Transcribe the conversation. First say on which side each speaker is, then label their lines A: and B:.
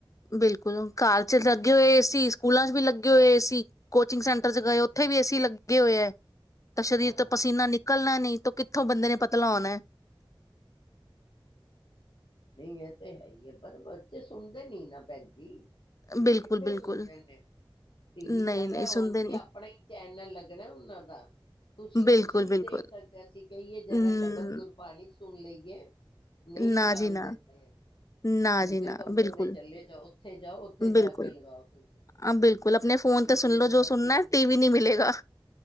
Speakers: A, on the left; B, on the left.
A: ਬਿਲਕੁਲ ਘਰ ਚ ਲੱਗੇ ਹੋਏ ਇਸ ਸਕੂਲਾਂ ਚ ਵੀ ਲੱਗੇ ਹੋਏ ਏਸੀ ਕੋਚਿੰਗ ਸੈਂਟਰ ਚ ਗਏ ਉੱਥੇ ਵੀ ਏਸੀ ਲੱਗੇ ਹੋਏ ਹੈ ਤਾਂ ਸਰੀਰ
B: ਹਾਂ
A: ਤੋਂ ਪਸੀਨਾ
B: ਸਹੀ
A: ਨਿਕਲਣਾ
B: ਕਹਿ
A: ਨਹੀਂ ਤ ਕਿ ਇੱਥੋਂ ਬੰਦੇ ਨੇ ਪਤਾ ਲਾਉਣਾ ਹੈ
B: ਨਹੀਂ ਇਹ ਤੇ ਹੈ ਹੀ ਹੈ ਪਰ ਬੱਚੇ ਸੁਣਦੇ ਨੀ ਨਾ ਭੈਣ ਜੀ
A: ਬਿਲਕੁਲ
B: ਕਿੱਥੇ
A: ਬਿਲਕੁਲ
B: ਸੁਣਦੇ ਨੇ ਟੀ ਵੀ
A: ਨਹੀਂ
B: ਚੱਲ
A: ਨਹੀਂ
B: ਰਿਹਾ ਹੋ
A: ਸੁਣਦੇ
B: ਜੀ
A: ਨੀ
B: ਆਪਣਾ ਹੀ ਚੈਨਲ ਲੱਗਣਾ ਉਹਨਾਂ ਦਾ ਤੁਸੀਂ
A: ਬਿਲਕੁਲ
B: ਕੁੱਛ ਨੀ
A: ਬਿਲਕੁਲ
B: ਦੇਖ ਸਕਦੇ ਅਸੀਂ ਕਹੀਏ ਜਰਾ
A: ਹਮ
B: ਸ਼ਬਦ ਗੁਰਬਾਣੀ ਸੁਣ ਲਈ <unintelligible> ਨਹੀਂ
A: ਨਾ
B: ਲਗਾਉਣ
A: ਜੀ ਨਾ
B: ਦਿੰਦੇ
A: ਨਾ
B: ਦੂਜੇ
A: ਜੀ ਨਾ
B: ਕਮਰੇ
A: ਬਿਲਕੁਲ
B: ਮੇ ਚਲੇੇ ਜਾਓ ਓਥੇ ਜਾਓ ਓਥੇ ਜਾ
A: ਬਿਲਕੁਲ
B: ਕੇ ਲਗਾਓ ਤੁਸੀਂ
A: ਹਾਂ ਬਿਲਕੁਲ ਆਪਣੇ ਫੋਨ
B: ਅਗੇ
A: ਸੁਣ
B: ਤੇ ਇਨ੍ਹਾਂ
A: ਲਓ ਜੋ
B: ਸੀ
A: ਸੁਣਨਾ ਹੈ
B: ਅ
A: ਟੀ ਵੀ ਨਹੀਂ ਮਿਲੇਗਾ